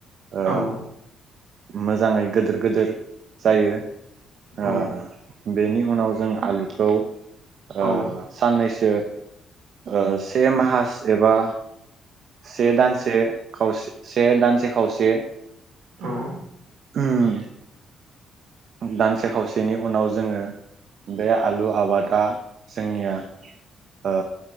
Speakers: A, on the right; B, on the right.
A: ओ
B: औ
A: मोजाङै गोदोर गोदोर जायो
B: औ
A: ओ बेनि उनाव जों आलु खौ ओ
B: औ
A: साननैसो ओ से माहास एबा से दानसे खावस से दानसे खावसे
B: औ
A: उम दानसे खावसेनि उनाव जोङो बे आलु आबादा जोंनिया ओ